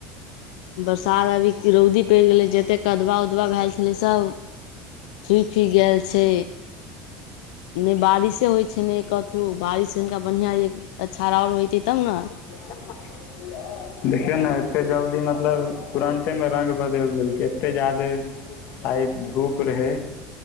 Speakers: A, on the left; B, on the left.
A: बरसात अभी रौदी पड़ि गेलै जतेक कदवा उदवा भेल छलै सब सूखि गेल छै नइ बारिशे होइ छै ने कथहू बारिश हिनका बन्हिया एक अछार आउरो होइतै तब ने
B: <unintelligible> देखियौ न एते जल्दी मतलब तुरंते मे रंग बदलि देलकै एते जादे आइ धूप रहै